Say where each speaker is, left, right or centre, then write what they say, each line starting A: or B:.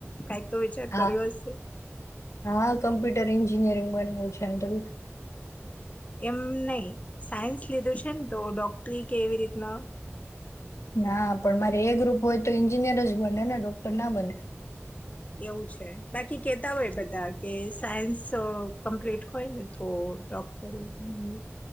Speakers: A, on the left; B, on the left.
A: કંઈક તો વિચાર
B: હા
A: કર્યો હશે?
B: હા કમ્પ્યુટર એન્જિનિયરિંગ બનવું છે એમ ત
A: એમ નહી સાયન્સ લીધું છે ને તો ડોક્ટરી કેવી રીતના
B: ના પણ મારે એ ગ્રુપ હોય તો એન્જિનિયર જ બને ને ડોક્ટર ના બને.
A: એવું છે બાકી કેતા હોય બધા કે સાયન્સ અહ કમ્પ્લીટ હોય ને તો ડોક્ટરી ઈન્જિનિયર